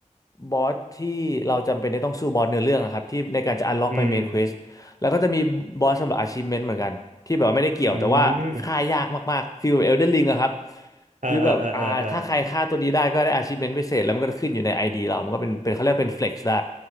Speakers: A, on the left; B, on the right.
A: บอสที่เราจำเป็นที่ต้องสู้บอสเนื้อเรื่องอะครับที่ในการจะ unlock
B: อืม
A: ไป main quest แล้วก็จะมีบอสสำหรับ achievement เหมือนกันที่แบบว่าไม่ได้เกี่ยวแต่ว่าฆ่ายากมากๆฟีลแบบ
B: อืม
A: Elden Ring อะครับ
B: เออเออเออเออเออ
A: ฟีลแบบอ่าถ้าใครฆ่าตัวนี้ได้ก็ได้ achievement พิเศษแล้วมันก็จะขึ้นอยู่ใน ID เรามันก็เป็นเป็นเขาเรียกว่าเป็น flex ได้